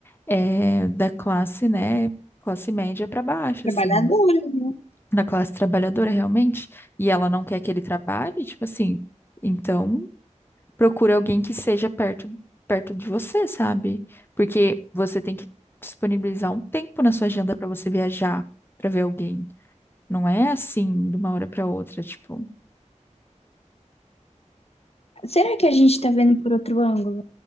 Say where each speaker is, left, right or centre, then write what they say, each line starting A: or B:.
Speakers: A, on the left; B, on the left.
A: é da classe, né, classe média para baixo,
B: trabalhadora,
A: assim,
B: né?
A: da classe trabalhadora realmente, e ela não quer que ele trabalhe, tipo assim, então procure alguém que seja perto perto de você, sabe? Porque você tem que disponibilizar um tempo na sua agenda para você viajar, para ver alguém. Não é assim de uma hora para outra, tipo.
B: Será que a gente tá vendo por outro ângulo?